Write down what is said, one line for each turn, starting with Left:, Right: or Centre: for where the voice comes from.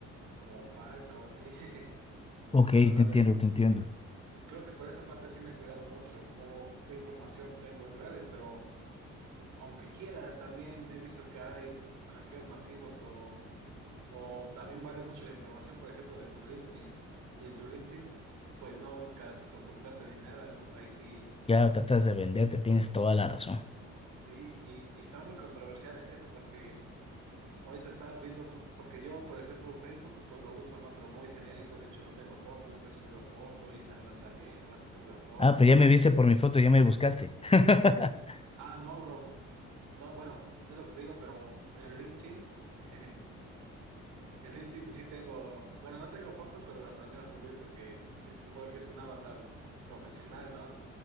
Right: como falsa o así, <laughs>
Left: Ok,
Right: la verdad
Left: te entiendo,
Right: es,
Left: te entiendo.
Right: creo que por esa parte sí me he cuidado mucho, como qué información tengo en redes, pero... aunque quiera, también he visto que hay hackeos masivos o, o también vale mucho la información, por ejemplo, de tu LinkedIn. Y en tu LinkedIn, pues no buscas ocultarte ni nada, ¿no? Ahí sí,
Left: Ya tratas de venderte, tienes toda la razón.
Right: sí, y, y está muy controversial eso porque ahorita está viendo tú, porque yo, por ejemplo, Facebook, pues lo uso, ¿no? Pero muy genérico, de hecho no tengo foto, nunca he subido foto, Instagram también, jamás he subido foto.
Left: Ah, pero ya me viste por mi foto, ya me buscaste. <laughs>
Right: Ah, no, bro. No, bueno, es lo que te digo, pero en LinkedIn. <laughs> En LinkedIn sí tengo, bueno, no tengo foto, pero la planeo subir porque y se supone que es un avatar profesional, ¿no?